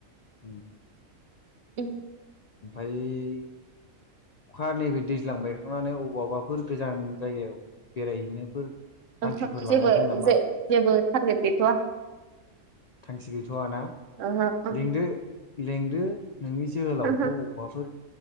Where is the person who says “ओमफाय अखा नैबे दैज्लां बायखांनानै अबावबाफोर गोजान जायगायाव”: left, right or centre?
Left